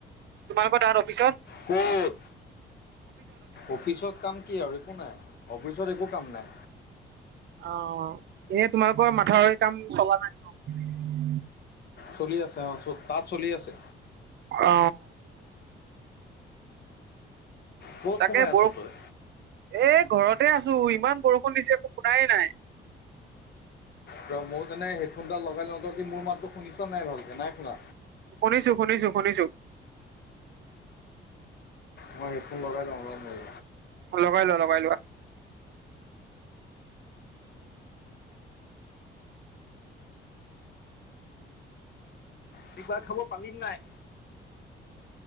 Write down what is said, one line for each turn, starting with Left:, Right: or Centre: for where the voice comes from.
Right: তোমালোকৰ তাত অফিচত।
Left: ক'ত? অফিচত কাম কি আৰু একো নাই অফিচত একো কাম নাই।
Right: অ এনে তোমালোকৰ মাথাৰি কাম চলা নাই ন
Left: চলি আছে অ তাত চলি আছে
Right: অ
Left: ক'ত
Right: তাকে
Left: সোমাই আছ
Right: বৰষু
Left: তই
Right: এক ঘৰতে আছো ইমান বৰষুণ দিছে একো শুনাই নাই
Left: ত মই তেনে হেডফোনডাল লগাই লওঁ ত কি মোৰ মাততো শুনিছ নাই ভালকে নাই শুনা
Right: শুনিছো শুনিছো শুনিছো
Left: মই হেডফোন বাগা লংল মই
Right: লগাই লোৱা লগাই লোৱা
Left: কিবা খাব পালি নাই